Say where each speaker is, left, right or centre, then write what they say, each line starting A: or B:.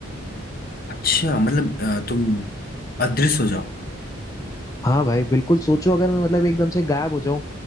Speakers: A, on the left; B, on the left.
A: अच्छा मतलब अ, तुम अदृश्य हो जाओ
B: हाँ भाई बिल्कुल सोचो अगर मैं मतलब एकदम से गायब हो जाऊं